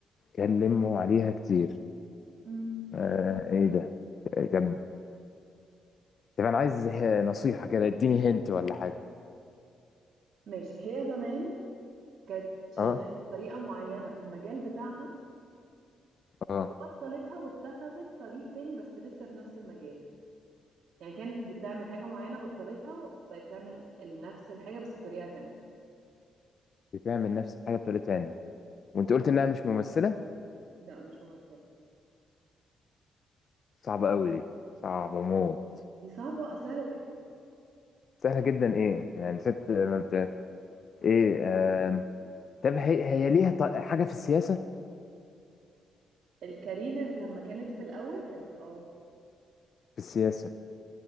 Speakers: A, on the left; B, on the right.
A: يتكلموا عليها كتير
B: مم.
A: آه، إيه ده؟ طب طب انا عايز ه- نصيحة كده اديني هنت ولا حاجة
B: ماشي هي زمان كانت شغالة
A: اه
B: بطريقة معينة في المجال بتاعها
A: اه
B: وبطلتها واتخذت طريق تاني بس لسه في نفس المجال يعني كانت بتعمل حاجة معينة بطلتها بقت تعمل نفس الحاجة بس بطريقة تانية
A: بتعمل نفس الحاجة بطريقة تانية وانت قلت انها مش ممثلة
B: لا مش ممثلة
A: صعبة قوي دي صعبة موت
B: دي صعبة سهلة جدا
A: سهلة جدا ايه يعني ست ما بت... ايه آم... طب هي هي ليها ط... حاجة في السياسة
B: الكارير اللي لما كانت في الاول كانت اه
A: في السياسة